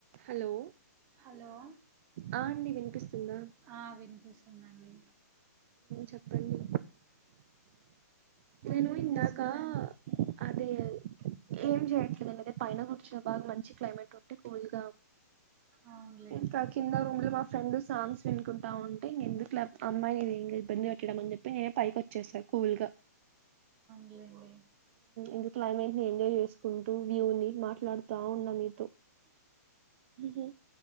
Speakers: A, on the right; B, on the right.
A: హలో
B: హలో
A: ఆ అండి వినిపిస్తుందా
B: ఆ వినిపిస్తుందండి
A: చెప్పండి
B: మరి
A: నేను
B: ఏం
A: ఇందాకా
B: చేస్తున్నారండి
A: అదే ఏం చేయట్లేదండి అతే పైన కూర్చు బాగా మంచి క్లైమేట్ ఉంటే కూల్గా
B: అవునులేండి
A: ఇంకా కింద రూమ్లో మా ఫ్రెండ్ సాంగ్స్ వినుకుంటా ఉంటే ఇంకెందుకు అమ్మాయినిది ఇగ ఇబ్బంది పెట్టడం అని చెప్పి నేనే పైకి వచ్చేసా కూల్గా
B: గ్లెండి
A: ఇది క్లైమేట్ని ఎంజాయ్ చేసుకుంటూ వ్యూని మాట్లాడుతా ఉన్నా మీతో ఉహు